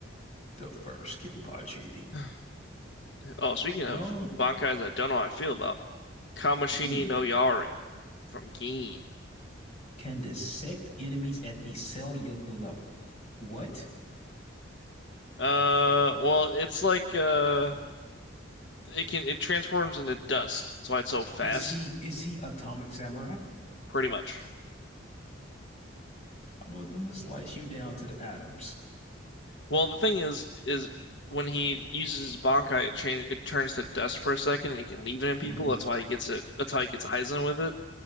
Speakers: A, on the left; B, on the left.
A: The first Kenpachi.
B: <sighs> Oh, speaking of
A: Oh,
B: bankais, I don't know how I feel about Kamishini
A: gee.
B: no Yari from Gin.
A: Can dissect enemies at the cellular level. What?
B: Uh, well, it's like uh, it can it transforms into dust. That's why it's so fast,
A: Is he is he Atomic Samurai?
B: pretty much.
A: I'm gonna, I'm gonna slice you down to the atoms.
B: Well, the thing is, is when he uses his Bankai, it change it turns to dust for a second, and he can leave it in people.
A: hmm
B: That's why he gets it. That's how he gets Aizen with it.